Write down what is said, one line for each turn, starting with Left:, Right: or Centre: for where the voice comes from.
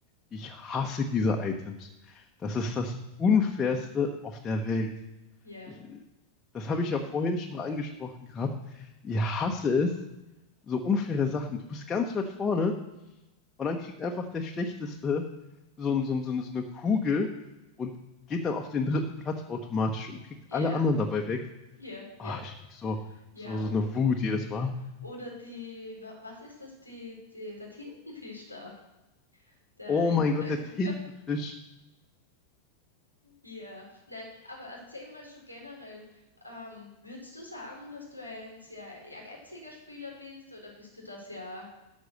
Left: Ich hasse diese Items. Das ist das Unfairste auf der Welt.
Right: Ja,
Left: Ich- Das habe
Right: ich
Left: ich ja
Right: weiß.
Left: vorhin schon mal angesprochen gehabt. Ich hasse es, so unfaire Sachen. Du bist ganz weit vorne Und dann kriegt einfach der Schlechteste so, ein, so, ein, so eine- so eine Kugel und geht dann auf den dritten Platz automatisch und kriegt
Right: Ja,
Left: alle anderen dabei weg.
Right: ja,
Left: Ah,
Right: ja.
Left: ich krieg so,
Right: Ja,
Left: so, so
Right: o-
Left: eine Wut jedes Mal.
Right: oder die, wa- was ist das, die, die, der Tintenfisch da, der
Left: Oh
Right: im,
Left: mein Gott,
Right: <laughs>
Left: der Tintenfisch.
Right: Ja, nein, aber erzähl mal so generell, ähm, würdest du sagen, dass du ein sehr ehrgeiziger Spieler bist oder bist du das ja